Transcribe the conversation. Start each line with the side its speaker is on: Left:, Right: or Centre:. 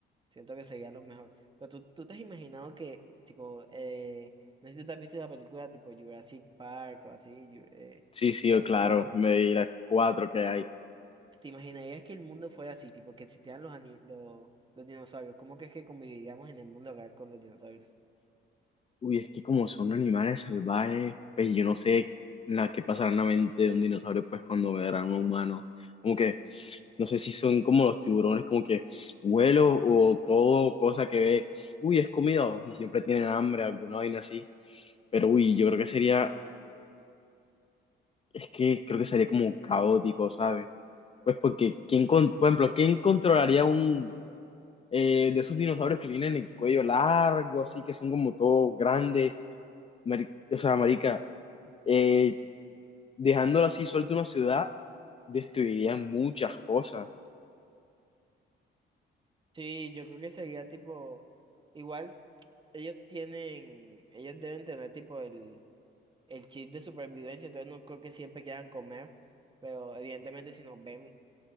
Right: siento que sería lo mejor. Pero tú, tú te has imaginado que, tipo, eh, no sé si tú te has visto la película tipo Jurassic Park o así, Ju- eh,
Left: Sí, sí,
Right: Jurassic
Left: claro,
Right: World.
Left: me di las cuatro que hay.
Right: ¿Te imaginarías que el mundo fuera así, tipo que existieran los, ani- los, los dinosaurios? ¿Cómo crees que conviviríamos en el mundo real con los dinosaurios?
Left: Uy, es que como son animales salvajes, pues yo no sé la que pasará en la mente de un dinosaurio pues cuando verán a un humano. Como que no sé si son como los tiburones, como que vuelo o todo cosa que ve, uy, es comida, o si siempre tienen hambre, alguna vaina así. Pero uy, yo creo que sería, es que creo que sería como caótico, ¿sabes? Pues porque, ¿quién, con, por ejemplo, ¿quién controlaría un eh, de esos dinosaurios que tienen el cuello largo, así que son como todos grandes? Mari- o sea, marica. eh, dejándolo así suelto una ciudad, destruiría muchas cosas.
Right: Sí, yo creo que sería tipo, igual ellos tienen, ellos deben tener tipo el, el chip de supervivencia, entonces no creo que siempre quieran comer, pero evidentemente si nos ven